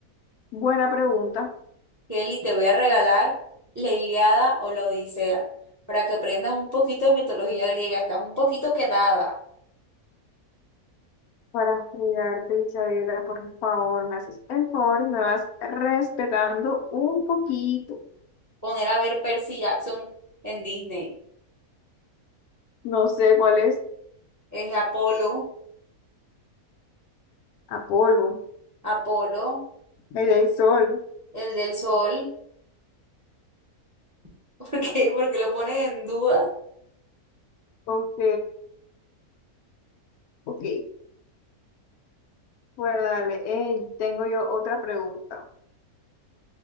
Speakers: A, on the left (about 80°); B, on the right (about 15°).
A: Buena pregunta
B: Kelly, te voy a regalar la Ilíada o la Odisea para que aprendas un poquito de mitología griega. Estás un poquito quedada.
A: para fregarte, Isabela. Por favor, me haces el favor y me vas respetando un poquito.
B: poner a ver Percy Jackson en Disney.
A: No sé cuál es.
B: Es Apolo,
A: Apolo,
B: Apolo,
A: el del sol.
B: el del sol. <laughs> ¿Por qué? Porque lo pones en duda.
A: Ok, ok. Bueno, dale. Eh, tengo yo otra pregunta.